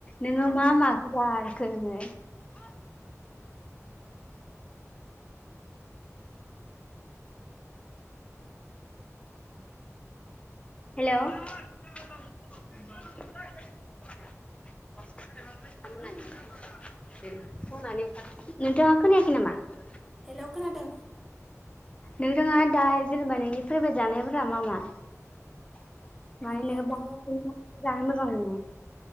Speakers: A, on the left; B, in the centre.
A: नोङो मा माखौहाय <unintelligible> हेल' नोंथाङा खोनायाखै नामा?
B: हेलौ खोनादों।
A: नोंथाङा दा जेनेबा नोंनि फाइबाय जानायफोरा मा मा? <unintelligible>
B: आंनियाथ'
A: जानो मोजां मोनो